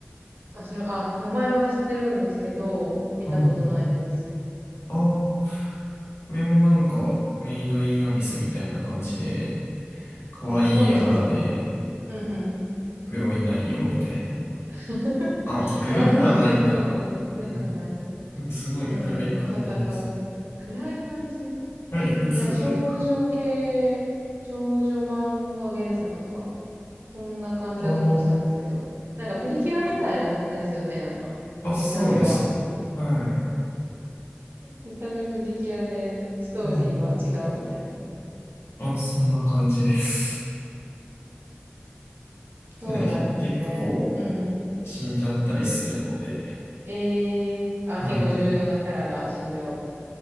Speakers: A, on the right (about 60°); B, on the left (about 75°).
A: あ、しろ、あ、名前は知ってるんですけど、見たことないです。
B: うん。ああ、これもなんか、メイドインアビスみたいな感じで、可愛い絵柄で、
A: あ、そうなんですね。うんうん。
B: グロい内容みたいな。
A: <laughs>
B: あ、グロくはないかな。
A: あ、なんか聞いたことある。暗かない。
B: うん。なんかすごい暗い感じです。
A: うんうん。戦う系。暗い感じ。
B: はい、鬱というか
A: なんか少女系、少女漫画原作とか、そんな感じだと思ってたんですけど。
B: あ
A: なんかプリキュアみたいな感じですよね、なんか。
B: あ、あ、そうですね。
A: 見た目は。
B: はい。
A: 見た目プリキュアで、ストーリーは違うみたいな。
B: うん。あ、そんな感じです。<laughs> そね、
A: そうなんですね。
B: け、結構
A: うんうん。
B: 死んじゃったりするので。
A: ええあ、
B: はい。
A: 結構重要なキャラが死んじゃう。